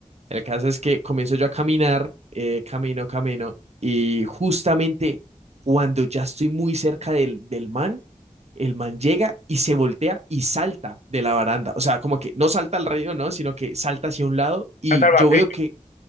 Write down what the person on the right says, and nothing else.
El caso es que comienzo yo a caminar, eh, camino, camino, y justamente cuando ya estoy muy cerca del, del man, el man llega y se voltea y salta de la baranda. O sea, como que no salta al río, ¿no? Sino que salta hacia un lado y
yo veo que